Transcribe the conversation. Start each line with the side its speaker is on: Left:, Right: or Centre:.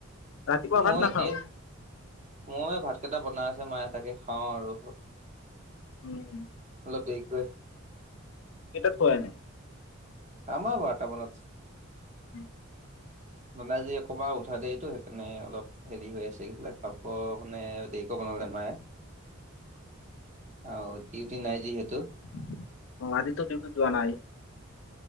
Left: ৰাতিপুৱা
Right: মইয়ো
Left: ভাত নাখাও
Right: একেই। মই, ভাত কেইটা বনাই আছে মায়ে, তাকে খাওঁ আৰু।
Left: উম!
Right: অলপ দেৰিকৈ।
Left: কেইটাক পোৱাই নাই।
Right: আমাৰ বাৰটা মানত আছে।
Left: উম।
Right: মানে আজি অকমান উঠা দেৰিটো সেইকাৰণে অলপ হেৰি হৈ আছে এইফালে খোৱা মানে দেৰিকৈ বনালে মায়ে। আও ডিউটি নাই যিহেতু।
Left: হু হু হু অ আজিটো ডিউটি যোৱা নাই।